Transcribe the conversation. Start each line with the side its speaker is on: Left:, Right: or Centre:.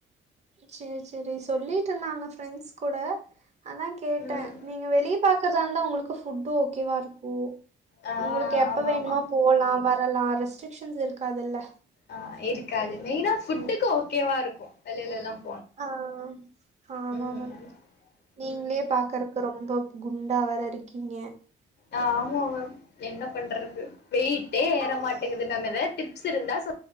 Right: சேரி சேரி சொல்லிட்டு இருந்தாங்க ஃபிரண்ட்ஸ் கூட அதான் கேட்டேன்
Left: ம்
Right: நீங்க வெளியே பாக்கறதா இருந்தா உங்களுக்கு ஃபுட்டு ஓகேவா இருக்கும்
Left: ஆ
Right: உங்களுக்கு எப்ப
Left: ஆமா
Right: வேணுமா
Left: ஆமா
Right: போலாம் வர எல்லா ரெஸ்ட்ரிக்ஷன்ஸ் இருக்காதுல்ல
Left: ஆஹ் இருக்காது மெயினா ஃபுட்டுக்கு ஓகேவா இருக்கும் வெளிலல்லாம்
Right: ஆஹ் ஆமா
Left: ம்
Right: மேம் நீங்களே
Left: ம்
Right: பாக்கறக்கு ரொம்ப குண்டா வேற இருக்கீங்க
Left: ஆஹ் ஆமா மேம் என்ன பண்றது வெயிட்டே ஏறமாட்டேங்குது மேம் ஏதாவது டிப்ஸ் இருந்தா சொ